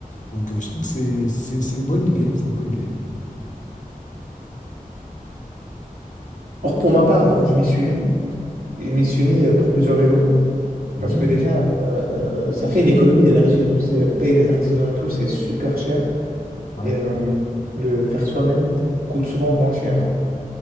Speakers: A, on the left; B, on the right.
A: Donc euh, je trouve que c'est c'est c'est une bonne idée, c'est une bonne idée.
B: Or, pour ma part, euh, je m'y suis mis. Je m'y suis mis euh, pour plusieurs raisons.
A: Mhm.
B: Parce que déjà, euh, ça fait une économie d'énergie. hein. Tu sais, euh, payer des artisans et tout, c'est super cher.
A: Ouais,
B: Et euh, le faire soi-même coûte souvent moins cher.